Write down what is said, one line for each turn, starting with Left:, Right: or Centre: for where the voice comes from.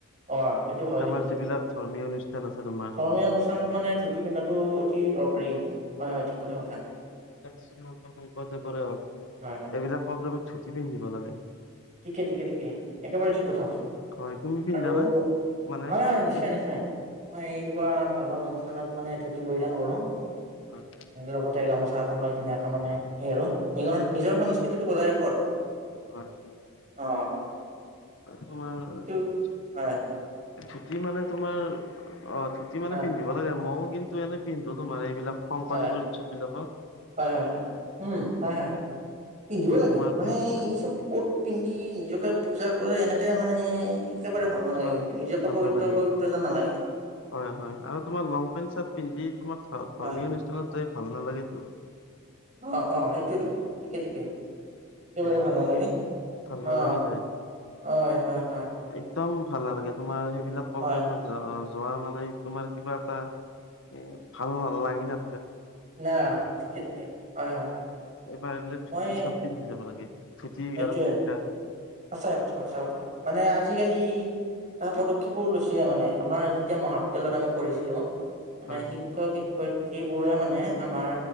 Right: অ' সেইটো হয়
Left: আমাৰ
Right: কিন্তু
Left: যিবিলাক ধৰ্মীয় অনুষ্ঠান আছে তোমাৰ
Right: ধৰ্মীয় অনুষ্ঠানত মানে ধুতি পিন্ধাটো অতি দৰকাৰী কিন্তু হয় হয় ঠিক কথা কথা
Left: শংকৰদেৱৰে
Right: হয়
Left: এইবিলাক প্ৰগ্ৰেমত চুটি পিন্ধিব লাগে
Right: ঠিকে ঠিকে ঠিকে একেবাৰে ঠিক কথা আ হৈছে
Left: হয় তুমি পিন্ধা
Right: আৰু
Left: না মানে
Right: হয় হয়
Left: ধুতি
Right: নিশ্চয় নিশ্চয় মই এনেকুৱা ভাল ভাল অনুষ্ঠানত মানে ধূতি পৰিধান কৰোঁ
Left: হয়
Right: লগতে গামোচা লৈ ধুনীয়াকে মানে এই আৰু নিৰ নিজৰ সংস্কৃতিটো বজাই ৰাখো আৰু
Left: হয় হয়
Right: অ
Left: তোমাৰ
Right: সেইটো হয়
Left: ধুতি মানে তোমাৰ অ' থুটি মানে
Right: হয়
Left: পিন্ধিব লাগে ময়ও কিন্তু এনে পিন্ধো তোমাৰ এইবিলাক শংকদেৱৰ
Right: হয়
Left: উৎসৱ বিলাপাৰ
Right: হয় হয় হয় উম হা হ পিন্ধিব লাগে
Left: তোমাৰ
Right: মানে
Left: পিন্ধা যায়
Right: এই চব ক'ত পিন্ধি নিজকে পূজা কৰে এনেে তে মানে একেবাৰে ভাল নালাগে
Left: হয়
Right: কিন্তু নিজকে
Left: ভাল
Right: পবিত্ৰ
Left: নালাগে
Right: পবিত্ৰ যেন নালাগে।
Left: হয় হয় আৰু তোমাৰ লং পেন্ট চাৰ্ট পিন্ধি। তোমাৰ ধৰ্মীয়
Right: হয়
Left: অনুষ্ঠানত যাই ভাল নালাগেতো।
Right: অ অ সেইটোয়েতো ঠিকে ঠিকে। একেবাৰে
Left: এ
Right: ভাল
Left: তেনেকে
Right: নালাগে
Left: ভাল নালাগে
Right: অ
Left: যায়
Right: অ হয়
Left: একদম ভাল নালাগে তোমাৰ সেইবিলাক প্ৰগ্ৰেমত
Right: হয়
Left: যোৱা মানে তোমাৰ কিবা এটা। এ ভালাল লাগি ন
Right: ন ঠিকে ঠিকে হয় হয় হয়
Left: পাৰিলে
Right: মই
Left: ধুতি চাত পিন্ধি যাব লাগে ধুতি
Right: সেইটোৱে
Left: আৰু কুৰা
Right: সঁচাই কথা সঁচা কথা মানে আজিকালি এটা পদক্ষেপো লৈছে মানে আমাৰ যেতিয়া মহাবিদ্য়ালয়ত আমি পঢ়িছিলো মানে
Left: হয়
Right: শিক্ষক শ শিক্ষয়িত্ৰী বোৰে মানে আমাৰ